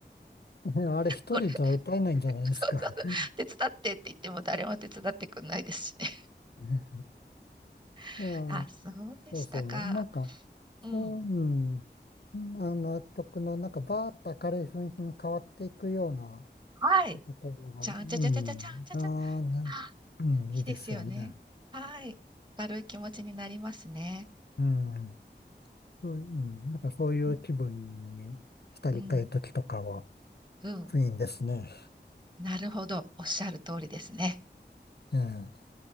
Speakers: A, on the left; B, on the right.
A: あれ一人じゃ歌えないんじゃないですか。
B: これ、<laughs> そうそうそう、
A: <laughs>
B: 手伝ってって言っても誰も手伝ってくんないですしね。
A: い
B: <laughs>
A: や、
B: あ、そうでしたか。
A: そうそう。なんか、そう、
B: うん。
A: うん。うんあの曲の、なんか、バーッと明るい雰囲気に変わっていくような
B: はい。
A: ところが、
B: じゃんじゃじゃじゃじゃじゃんじゃじゃ。
A: うん。ああ、なん、
B: <laughs> あ、
A: うん、
B: いいですよね。
A: いいですよね。
B: はい。軽い気持ちになりますね。
A: うん、そう、うん、なんかそういう気分に浸りたい時とかは、
B: うん。うん。うん
A: クイーンですね。
B: なるほど。おっしゃる通りですね。
A: ええ